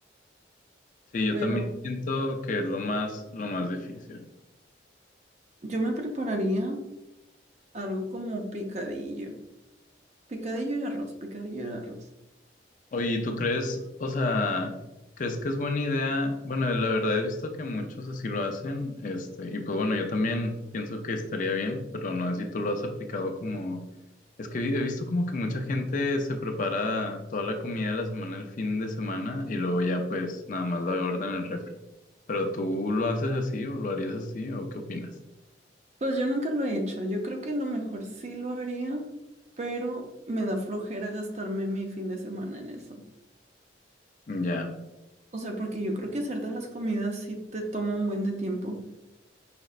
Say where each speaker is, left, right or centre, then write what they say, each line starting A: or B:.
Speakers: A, on the left; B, on the right.
A: Sí, yo
B: pero
A: también siento que es lo más, lo más difícil.
B: yo me prepararía algo como picadillo. Picadillo y arroz, picadillo y arroz.
A: Oye, ¿y ¿tú crees, o sea, crees que es buena idea? Bueno, la verdad he visto que muchos así lo hacen, este, y pues bueno, yo también pienso que estaría bien, pero no sé si tú lo has aplicado como, es que vi- he visto como que mucha gente se prepara toda la comida de la semana el fin de semana y luego ya pues nada más la guarda en el refri. ¿Pero tú lo haces así o lo harías así o qué opinas?
B: Pues yo nunca lo he hecho. Yo creo que a lo mejor sí lo haría, pero me da flojera gastarme mi fin de semana en eso.
A: Ya.
B: O sea, porque yo creo que hacer de las comidas sí te toma un buen de tiempo.